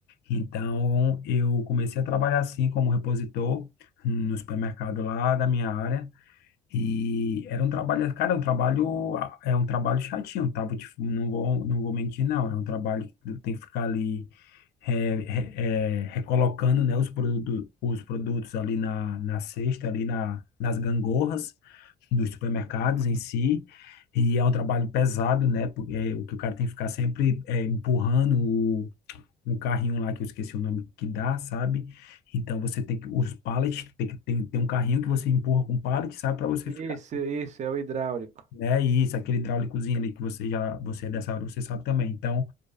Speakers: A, on the left; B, on the right.
A: Então eu comecei a trabalhar assim como repositor no supermercado lá da minha área. E era um trabalho, cara, um trabalho, é um trabalho chatinho, tá? Vou te- não vou, não vou mentir, não. É um trabalho que tu tem que ficar ali é, re- é, recolocando, né, os produtos, os produtos ali na, na cesta, ali na, nas gangorras dos supermercados em si. E é um trabalho pesado, né? Porque é, o que o cara tem que ficar sempre é, empurrando um carrinho lá que eu esqueci o nome que dá, sabe? Então você tem que os pallets, tem que tem, tem um carrinho que você empurra com pallet, sabe, para você
B: Isso,
A: ficar,
B: isso é o hidráulico.
A: né? E isso, aquele hidráulicozinho ali que você já você é dessa hora, você sabe também. Então,